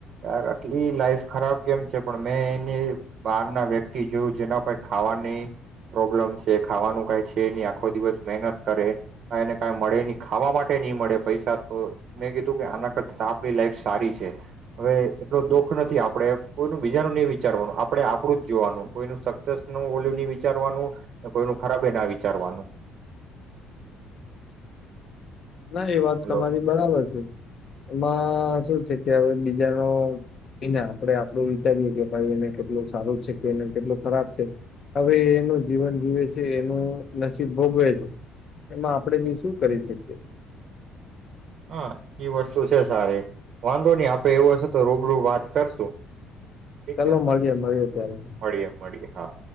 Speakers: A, on the right (about 45°); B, on the left (about 30°).
A: યાર આટલી લાઈફ ખરાબ કેમ છે પણ મેં એની બહાર ના વ્યક્તિ જોયું જેના ક ખાવાની પ્રોબ્લેમ છે, ખાવાનું કઈ છે એની આખો દિવસ મહેનત કરે, ક એને કા મળે ન ખાવા માટે નહી મળે પૈસા તો મેં કીધું કે આના કરતા આપણી લાઈફ સારી છે, હવે એટલો દુઃખ નથી આપણેે કોઈનું બીજાનું નહી વિચારવાનું આપણેે આપણું જ જોવાનું કોઈનું સક્સેસ નું વોલ્યુ નહી વિચારવાનું, કોઈનું ખરાબે ના વિચારવાનું.
B: ના એ વાત તમારી
A: હલો
B: બરાબર છે. એમાં શું છે કે હવે બીજાનો આપણે આપડું વિચારીએ કે ભાઈ એને કેટલું સારું છે કે એને કેટલું ખરાબ છે, હવે એનું જીવન જીવે છે એનું નસીબ ભોગવે છે, એમાં આપણેે બી શું કરી શકીએ.
A: હા એઈ વસ્તુ છે સારી, વાંધો નહી આપે એવું હશે તો રૂબરૂ વાત કરશું. ઠીક
B: ચાલો
A: છે
B: મળીએ મળીએે ત્યારે.
A: મળીએ મળીએ હા